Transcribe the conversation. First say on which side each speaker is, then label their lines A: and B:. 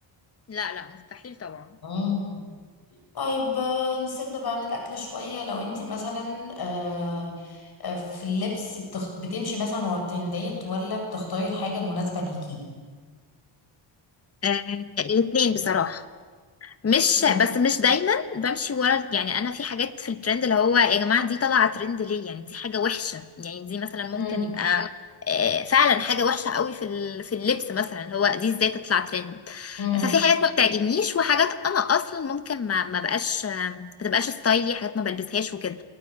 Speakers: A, on the left; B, on the left.
A: لا لا مستحيل طبعا
B: مم. طيب آه، نسيبنا بقى من الأكل شوية لو انت مثلا آه، آه، في اللبس بتخ... بتمشي مثلا ورا الترندات ولا بتختاري الحاجة المناسبة ليكي
A: آه، الاتنين بصراحه مش
B: مم.
A: بس مش دايما بمشي ورا يعني انا في حاجات في الترند اللي هو يا جماعه دي طالعه ترند ليه يعني دي حاجه وحشه يعني دي مثلا ممكن
B: مم.
A: يبقى آه، فعلا حاجه وحشه قوي في ال- في اللبس مثلا اللي هو دي ازاي تطلع ترند
B: مم.
A: ففي حاجات ما بتعجبنيش وحاجات انا اصلا ممكن ما ما بقاش آه، ما تبقاش ستايلي حاجات ما بلبسهاش وكده